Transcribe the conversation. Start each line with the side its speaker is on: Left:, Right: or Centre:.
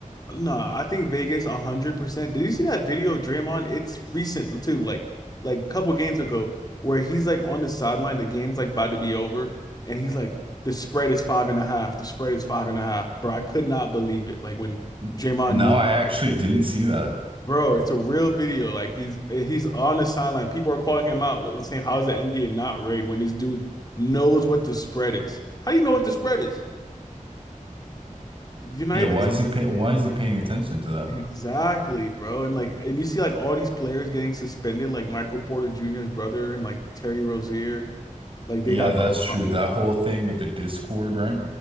Left: No, I think Vegas 100%. Did you see that video of Draymond? It's recent too, like like a couple games ago, where he's like on the sideline. The game's like about to be over, and he's like, "The spread is five and a half. The spread is five and a half." Bro, I could not believe it. Like when
Right: N-
Left: Draymond
Right: No,
Left: knew
Right: I actually didn't see that.
Left: Bro, it's a real video. Like he's he's on the sideline. People are calling him out and saying, "How is the NBA not rigged when this dude knows what the spread is? How do you know what the spread is? You're not
Right: Yeah,
Left: even
Right: why is he pay why is he paying attention to that?
Left: exactly, bro." And like, and you see like all these players getting suspended, like Michael Porter Jr.'s brother and like Terry Rozier, like they
Right: Yeah,
Left: got
Right: that's
Left: caught.
Right: true. That whole thing with the Discord, right?